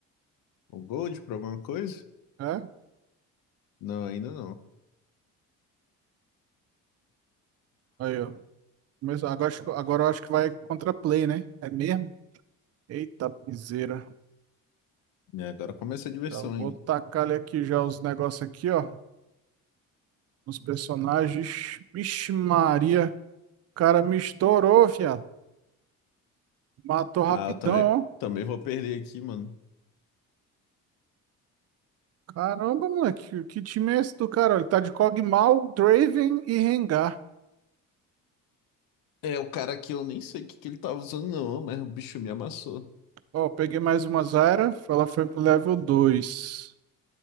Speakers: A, on the left; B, on the right.
A: O Gold pra alguma coisa?
B: É?
A: Não, ainda não.
B: Aí, ó. Mas agora, acho que- agora eu acho que vai contra play, né? É mesmo? Eita, piseira.
A: E agora começa a diversão
B: Já vou
A: ainda.
B: tacar aqui já os negócios aqui, ó. Os personagens. Vixe Maria. O cara me estourou, viado. Matou rapidão,
A: Ah, eu também,
B: ó.
A: também vou perder aqui, mano.
B: Caramba, moleque. Que time é esse do cara? Ele tá de Kog'Maw, Draven e Rengar.
A: É, o cara aqui eu nem sei o que que ele tava usando, não, mas o bicho me amassou.
B: Ó, peguei mais uma Zyra. Ela foi pro level dois